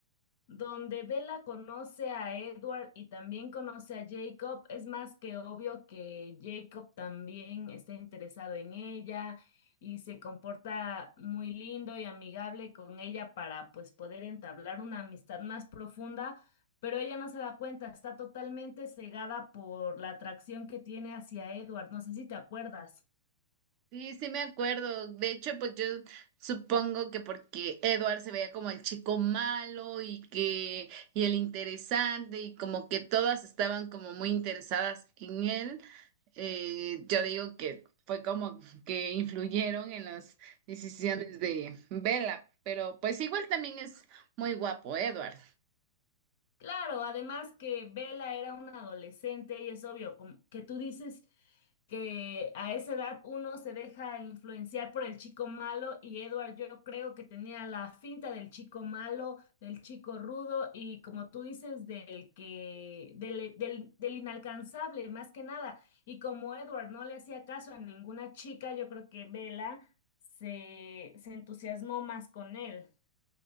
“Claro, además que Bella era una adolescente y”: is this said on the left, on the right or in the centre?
Left